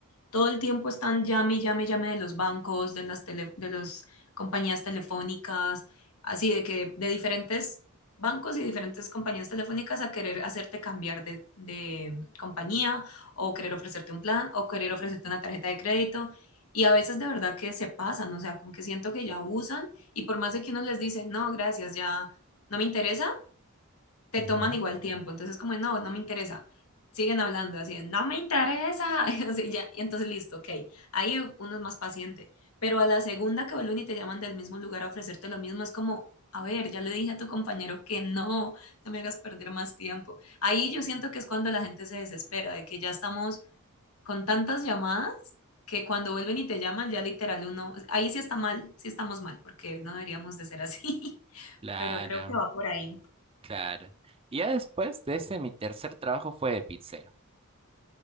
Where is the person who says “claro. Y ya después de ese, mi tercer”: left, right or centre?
Right